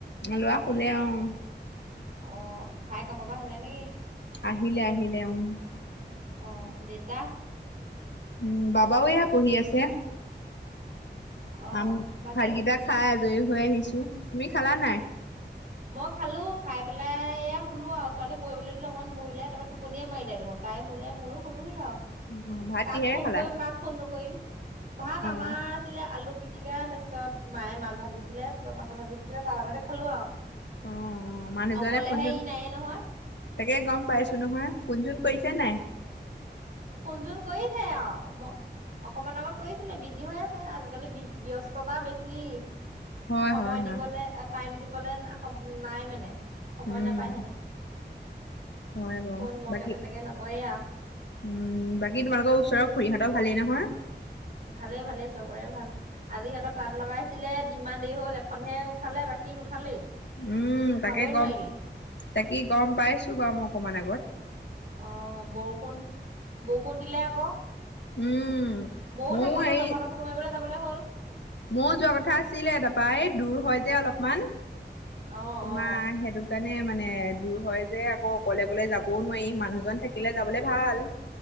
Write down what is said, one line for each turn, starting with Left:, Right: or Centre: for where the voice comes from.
Left: লৰা খোলে অহ ',
Right: অহ ', ভাই কাম পৰা আহিলে নেকি?
Left: আহিলে - আহিলে উম ',
Right: অহ ', দেতা?
Left: উম ', বাবাও এয়া বহি আছে।
Right: অ
Left: আম
Right: বাকী
Left: ভাতকিটা খাই আজৰি হৈ আহিছো। তুমি খালা নাই?
Right: মই খালো খাই পেলাই এয়া শোলো আৰু ছোৱালী পঢ়িবলৈ দিলে অকণমান পঢ়িলে তাৰপৰা টোপনিয়ে মাৰিলে দেখোন তাই শুলে ময়ো শোলোহি আৰু।
Left: অ ভাত
Right: কাক
Left: কিহেৰে
Right: ফোন
Left: খালা
Right: কৰিম কাক ফোন নকৰিম ভাল আমাৰ
Left: অ
Right: আছিলে আলু পিট পিটিকা তাৰপিছত মায়ে মাছ ভাজিছিলে তই মাছ ভাজি দিছিলে তাৰ লগতে খালো আৰু।
Left: অহ ', মানুহজনে
Right: অকলেহে
Left: ফোন চোন
Right: ই নায়ে নহয়
Left: তাকে গম পাইছো নহয় ফোনচোন কৰিছে। কেনাই
Right: ফোন চোন কৰিছে আৰু ম অকমান আগত কৰিছিলে বিজি হৈ আছে আজিকালি বি ব্যস্ততা বেছি।
Left: হয়
Right: সময়
Left: হয় হয়।
Right: দিবলে টাইম দিবলে। নাই মানে। সময়
Left: উম
Right: নাপায় হেনো
Left: হয় বাৰু
Right: ফোন বৰকে
Left: বাকী
Right: তেনেকে নকৰে আৰু।
Left: উম', বাকী তোমালোকৰ ওচৰৰ খুুৰীহঁতৰ ভালেই নহয়?
Right: ভালে -ভালেই চবৰে ভাল আজি সিহঁতৰ তাঁত লগাইছিলে। ইমান দেৰি হ'ল এখনহে উঠালে বাকী নুঠালেই।
Left: উম
Right: উঠাবই
Left: ', তাকে গম
Right: নোৱাৰিলে
Left: তাকি গম পাইছো বাৰু মই অকমান আগত।
Right: অ বৰষুণ বৰষুণ দিলে আকৌ।
Left: উম',
Right: ময়ও
Left: ময়ো
Right: থাকিবলৈ
Left: হেৰি
Right: দপানত ফুমাইিবলৈ যাবলৈ হ'ল।
Left: ময়ো যোৱা কথা আছিলে তাৰাপা এই দূৰ হয় যে অলপমান।
Right: অ
Left: তোমাৰ
Right: অ
Left: সেইটো কাৰ? মানে- মানে দূৰ হয় যে আকৌ অকলে- অকলে যাবও নোৱাৰি মানুহজন থাকিলে যাবলৈ ভাল।